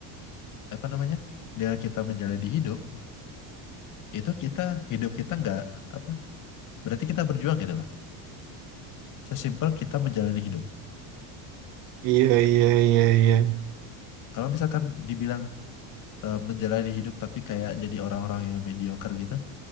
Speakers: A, on the left; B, on the right.
A: apa namanya? Dengan kita menjalani hidup, itu kita hidup kita nggak apa? Berarti kita berjuang gitu loh. Sesimpel kita menjalani hidup.
B: iya iya iya iya.
A: Kalau misalkan dibilang eh, menjalani hidup tapi kayak jadi orang-orang yang mediocre gitu,